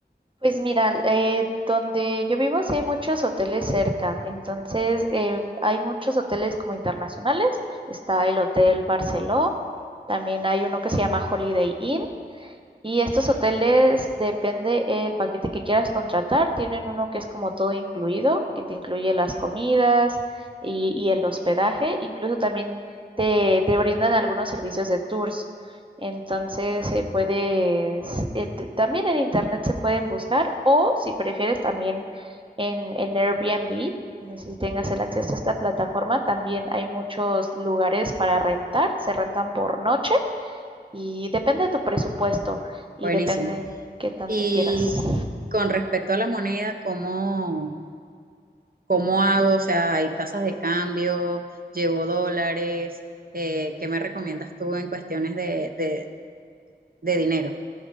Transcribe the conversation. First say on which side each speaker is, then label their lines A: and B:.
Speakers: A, on the right; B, on the right.
A: Pues mira, eh, donde yo vivo sí hay muchos hoteles cerca, entonces eh, hay muchos hoteles como internacionales, está el Hotel Barceló, también hay uno que se llama Holiday Inn, Y estos hoteles, depende el paquete que quieras contratar, tienen uno que es como todo incluido, que te incluye las comidas y, y el hospedaje, incluso también te, te brindan algunos servicios de tours. Entonces, eh, puedes, eh, t- también en internet se pueden buscar o si prefieres también en, en Airbnb, no sé si tengas el acceso a esta plataforma, también hay muchos lugares para rentar, se rentan por noche y depende de tu presupuesto y
B: Buenísimo.
A: depende qué tanto
B: Y
A: quieras.
B: con respecto a la moneda, ¿cómo? ¿Cómo hago? O sea, hay casas de cambio, llevo dólares, eh, ¿qué me recomiendas tú en cuestiones de, de, de dinero?